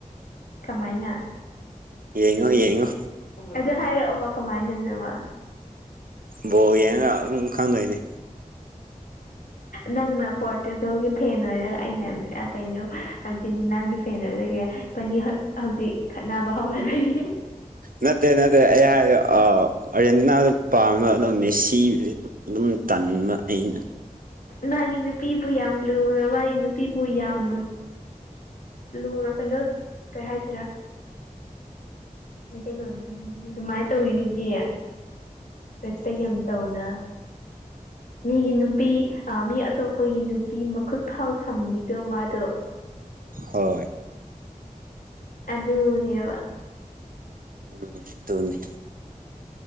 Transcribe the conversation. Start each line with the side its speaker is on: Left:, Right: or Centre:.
Left: ꯀꯃꯥꯏꯅ
Right: ꯌꯦꯡꯉꯣ ꯌꯦꯡꯉꯣ
Left: ꯑꯗꯨ ꯍꯥꯏꯔꯛꯑꯣ ꯃꯥꯏꯅꯅ ꯋꯥ
Right: ꯕꯣ ꯌꯦꯡꯒ ꯑꯗꯨꯝ ꯈꯪꯗꯣꯏꯅꯦ
Left: ꯅꯪꯅ ꯄꯣꯔꯇꯨꯒꯜꯒꯤ ꯐꯦꯟ ꯑꯣꯏꯔꯒ ꯑꯩꯅ ꯀꯩꯅꯣ ꯑꯥꯔꯖꯦꯟꯇꯤꯅꯥꯒꯤ ꯀꯅꯔꯒꯦ ꯏꯄꯥꯅꯤ ꯍꯧꯖꯤꯛ ꯈꯠꯅꯕ ꯍꯧꯔꯒꯅꯤ
Right: ꯅꯠꯇꯦ ꯅꯠꯇ ꯑꯩꯍ ꯑ ꯑꯥꯔꯖꯦꯟꯇꯤꯅꯥꯗ ꯄꯥꯝꯕ ꯑꯣ ꯃꯦꯁꯤ ꯑꯗꯨꯝ ꯇꯟꯕ ꯑꯩꯅ
Left: ꯃꯥꯒꯤ ꯅꯨꯄꯤꯕꯨ ꯌꯥꯝ ꯂꯨꯅ ꯃꯥꯒꯤ ꯅꯨꯄꯤꯕꯨ ꯌꯥꯝ ꯂꯨꯅ ꯀꯩꯅꯣ ꯀꯩ ꯍꯥꯏꯁꯤꯔꯥ ꯃꯩꯇꯩꯂꯣꯟ ꯑꯗꯨꯃꯥꯏꯅ ꯇꯧꯔꯤꯁꯤꯗꯤ ꯐꯁꯒꯤ ꯑ ꯇꯧꯅ
Right: <inaudible>
Left: ꯃꯤꯒꯤ ꯅꯨꯄꯤ ꯃꯤ ꯑꯇꯣꯞꯄꯒꯤ ꯅꯨꯄꯤ ꯃꯈꯨꯠ ꯐꯥꯎ ꯁꯝꯈꯤꯗꯣ ꯃꯥꯗꯣ
Right: ꯍꯣꯏ
Left: ꯑ ꯑꯗꯨꯅꯦꯕ
Right: ꯎꯝ ꯇꯣꯅꯤ